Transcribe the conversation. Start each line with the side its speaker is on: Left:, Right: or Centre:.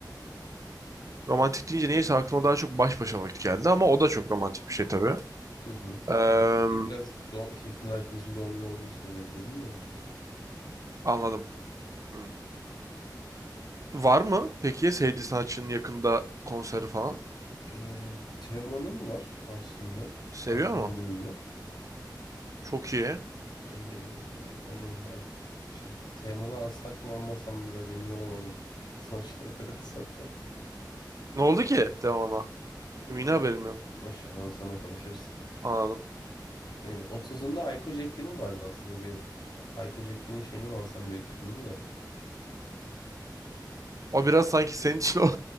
Right: Romantik deyince neyse aklıma daha çok baş başa vakit geldi ama o da çok romantik bir şey tabii.
Left: Hı hı.
Right: Eee,
Left: Yani bir tek biraz doğum, şey, kız arkadaşın doğum günü olduğu için öyle dedim de.
Right: anladım. Hı. Var mı peki ya sevdiği sanatçının yakında konseri falan?
Left: Ee, Teoman'ın var aslında.
Right: Seviyor
Left: Tam doğum
Right: mu?
Left: gününde.
Right: Çok iyi.
Left: Ee, hani ben işte Teoman'ı alsak mı almasam mı biraz emin olamadım. <laughs> Son şeylerden sonra.
Right: Ne oldu ki devamlı?
Left: Ee,
Right: Benim Yine
Left: boş,
Right: haberim
Left: ver-
Right: yok.
Left: boş ver, onu sonra konuşuruz. <laughs>
Right: Anladım.
Left: Ee, 30'unda Hayko Cepkin'in vardı aslında. Bir Hayko Cepkin'in şeyini mi alsam diye düşündüm de.
Right: O biraz sanki senin için o,